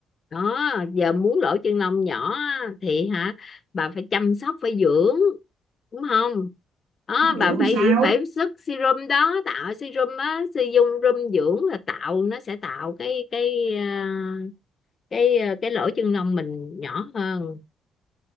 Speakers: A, on the left; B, on the right.
A: đó giờ muốn lỗ chân lông nhỏ á, thì hả bà phải chăm sóc phải dưỡng đúng không đó,
B: giữ
A: bà
B: làm
A: phải
B: sao
A: phải sức serum đó tạo serum á sử dụng serum dưỡng là tạo nó sẽ tạo cái cái à, cái ờ, cái lỗ chân lông mình nhỏ hơn